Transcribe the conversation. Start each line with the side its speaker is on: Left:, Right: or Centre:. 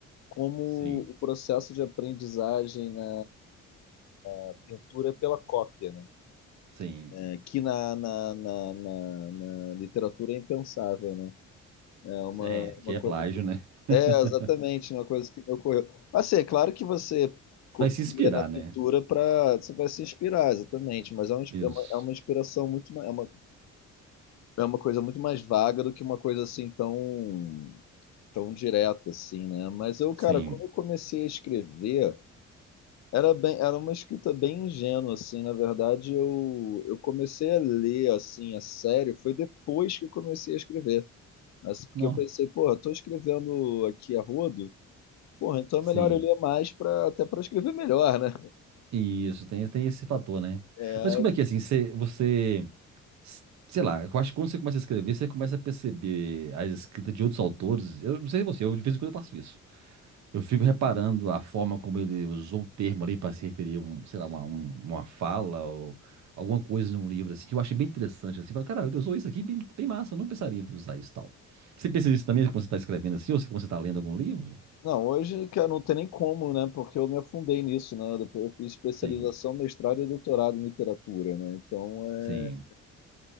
Left: Como
Right: Sim,
Left: o processo de aprendizagem na, na pintura é pela cópia, né?
Right: sim.
Left: É, que na, na, na, na- na literatura é impensável, né? É uma,
Right: É,
Left: uma
Right: que é
Left: coisa
Right: plágio,
Left: que...
Right: né? <laughs>
Left: É, exatamente, uma coisa que me ocorreu. Assim, é claro que você
Right: Você
Left: copia
Right: vai se inspirar,
Left: na
Right: né?
Left: pintura para... Você vai se inspirar, exatamente, mas é uma,
Right: Isso.
Left: é uma, é uma inspiração muito... ma- É uma, é uma coisa muito mais vaga do que uma coisa assim tão tão direta assim, né? Mas eu, cara,
Right: Sim.
Left: quando eu comecei a escrever, era bem, era uma escrita bem ingênua assim, na verdade, eu eu comecei a ler assim a sério foi depois que eu comecei a escrever. Mas porque
Right: Não.
Left: eu pensei, porra, tô escrevendo aqui a rodo, porra, então é
Right: Sim.
Left: melhor eu ler mais para até para escrever melhor, né?
Right: Isso, tem, tem esse fator, né?
Left: É,
Right: Mas como é que assim, você, você, s- sei lá, eu acho que quando você começa a escrever, você começa a perceber as escritas de outros autores. Eu não sei você, eu de vez em quando eu faço isso. Eu fico reparando a forma como ele usou o termo ali para se referir a um, sei lá, uma, um- uma fala ou alguma coisa num livro assim, que eu achei bem interessante assim. Falo, cara, ele usou isso aqui bem, bem massa, eu não pensaria em usar isso e tal. Você pensa nisso também quando você está escrevendo assim, ou se- quando você está lendo algum livro?
Left: Não, hoje, cara, não tem nem como, né? Porque eu me afundei nisso, né? Depois eu fiz especialização,
Right: Sim,
Left: mestrado e doutorado em literatura, né? Então, é,
Right: sim,